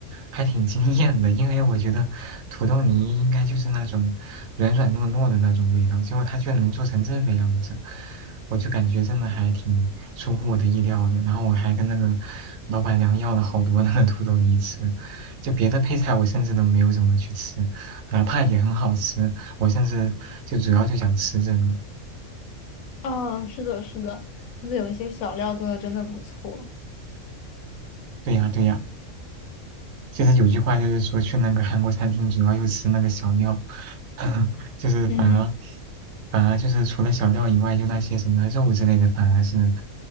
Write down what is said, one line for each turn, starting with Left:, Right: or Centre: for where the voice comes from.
Right: 还挺惊艳的，因为我觉得土豆泥应该就是那种软软糯糯的那种味道，结果它居然能做成这个样子，我就感觉真的还挺出乎我的意料的。然后我还跟那个老板娘要了好多那个土豆泥吃，就别的配菜我甚至都没有怎么去吃，哪怕也很好吃，我甚至就主要就想吃这个。
Left: 啊，是的，是的，他们有一些小料做的真的不错。
Right: 对呀，对呀，就是有句话就是说去那个韩国餐厅，主要又吃那个小料，<laughs> 就是反而
Left: 嗯，
Right: 反而就是除了小料以外，就那些什么肉之类的，反而是